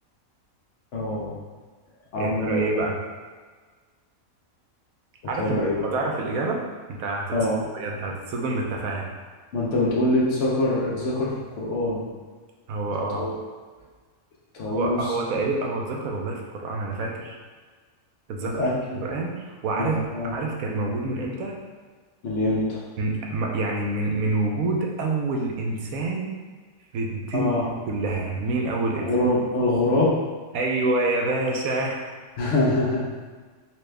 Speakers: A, on the left (about 60°); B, on the right (about 80°).
A: اه عملوا
B: إيه يا ترى ايه بقى
A: يا
B: عارف
A: ترى
B: إنت
A: ايه
B: لما تعرف الاجابه انت هتتصدم
A: اه
B: بجد هتتصدم من التفاهه
A: ما انت بتقول لي اتذكر اتذكر في القرآن
B: هو
A: الطاو-
B: اه
A: الطاووس
B: هو هو تقريبا
A: لا،
B: هو اتذكر والله في القران انا فاكر اتذكر
A: متأكد
B: في القران وعارف
A: ما هو-
B: عارف
A: اه
B: كان موجود من امتى
A: من امتى
B: من م- يعني من من وجود اول انسان في الدنيا
A: اه
B: كلها مين اول انسان
A: غراب الغراب
B: ايوه يا باشا
A: <laughs>